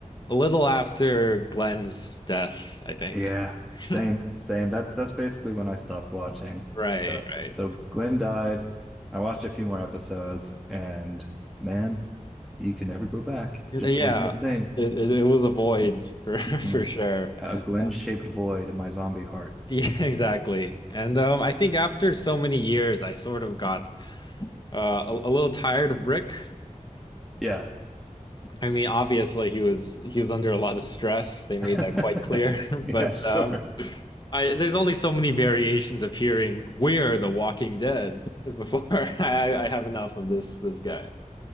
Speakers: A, on the left; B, in the centre.
A: a little after Glenn's death, I think.
B: Yeah. Same.
A: <laughs>
B: Same. That's that's basically when I stopped watching.
A: Right,
B: So
A: right.
B: so Glenn died. I watched a few more episodes, and man, you can never go back.
A: Yeah,
B: Just wasn't the same.
A: it, it, it was a void for <laughs> for
B: Mm.
A: sure.
B: Yeah,
A: And
B: a Glenn-shaped
A: uh,
B: void in my zombie heart.
A: Yeah, <laughs> exactly. And um, I think after so many years, I sort of got uh, a, a little tired of Rick.
B: Yeah.
A: <laughs> I mean, obviously he was he was under a lot of stress. They made
B: <laughs>
A: that quite clear.
B: Yeah,
A: <laughs> But
B: sure.
A: uh, I, there's only so many variations of hearing "We're the Walking Dead" before <laughs> I, I have enough of this this guy.